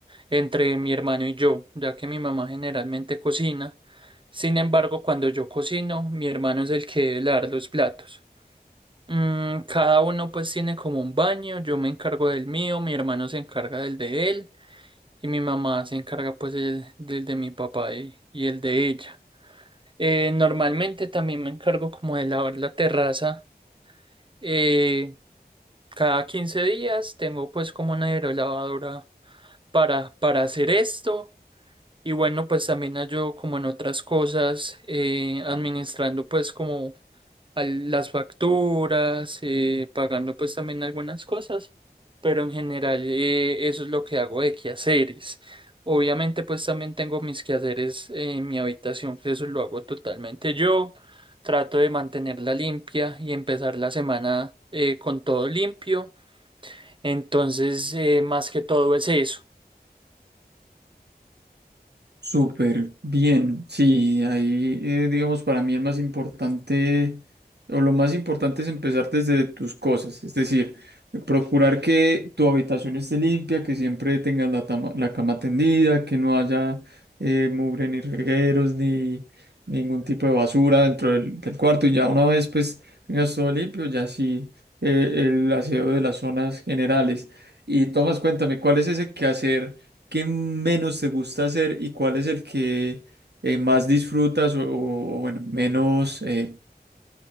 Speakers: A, on the right; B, on the right.
A: entre mi hermano y yo, ya que mi mamá generalmente cocina. Sin embargo, cuando yo cocino, mi hermano es el que debe lavar los platos. Mm, cada uno pues tiene como un baño, yo me encargo del mío, mi hermano se encarga del de él y mi mamá se encarga pues del, del de mi papá y, y el de ella. Eh, normalmente también me encargo como de lavar la terraza. Eh, Cada 15 días tengo pues como una aerolavadora para, para hacer esto y bueno pues también ayudo como en otras cosas eh, administrando pues como al- las facturas, eh, pagando pues también algunas cosas, pero en general eh, eso es lo que hago de quehaceres. Obviamente pues también tengo mis quehaceres en mi habitación que eso lo hago totalmente yo. Trato de mantenerla limpia y empezar la semana eh, con todo limpio. Entonces, eh, más que todo es eso.
B: Súper bien, sí, ahí eh, digamos para mí el más importante o lo más importante es empezar desde tus cosas, es decir, procurar que tu habitación esté limpia, que siempre tengas la, tama- la cama tendida, que no haya eh, mugre ni regueros ni ningún tipo de basura dentro del, del cuarto y ya una vez pues tengas todo limpio, ya sí eh, el aseo de las zonas generales. Y Tomás, cuéntame, ¿cuál es ese quehacer? ¿Qué menos te gusta hacer y cuál es el que eh, más disfrutas o, o, bueno, menos, eh,